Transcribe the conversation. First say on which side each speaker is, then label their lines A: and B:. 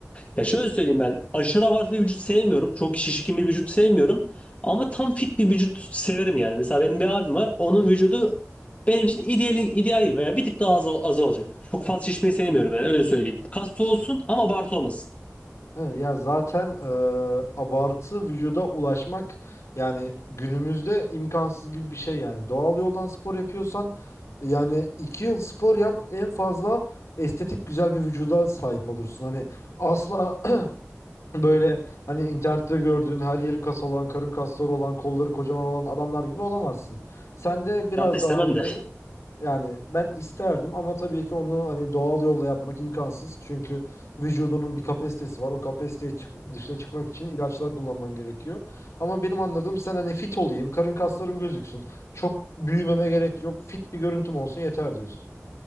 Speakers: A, on the left (about 25°); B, on the left (about 70°).
A: Ya şöyle söyleyeyim ben aşırı abartı bir vücut sevmiyorum. Çok şişkin bir vücut sevmiyorum. Ama tam fit bir vücut severim yani. Mesela benim bir abim var. Onun vücudu benim için ideal, ideal gibi veya bir tık daha az, az olacak. Çok fazla şişmeyi sevmiyorum yani öyle söyleyeyim. Kaslı olsun ama abartı olmasın.
B: He, Ya zaten e, abartı vücuda ulaşmak yani günümüzde imkansız gibi bir şey yani. Doğal yoldan spor yapıyorsan yani iki yıl spor yap en fazla estetik güzel bir vücuda sahip olursun. Hani asla Böyle hani internette gördüğün her yeri kas olan, karın kasları olan, kolları kocaman olan adamlar gibi olamazsın. Sen de biraz
A: Zaten istemem
B: daha hani
A: de.
B: böyle yani ben isterdim ama tabii ki onu hani doğal yolla yapmak imkansız. Çünkü vücudunun bir kapasitesi var. O kapasiteye çık- dışına çıkmak için ilaçlar kullanman gerekiyor. Ama benim anladığım sen hani fit olayım, karın kaslarım gözüksün. Çok büyümeme gerek yok. Fit bir görüntüm olsun yeter diyorsun.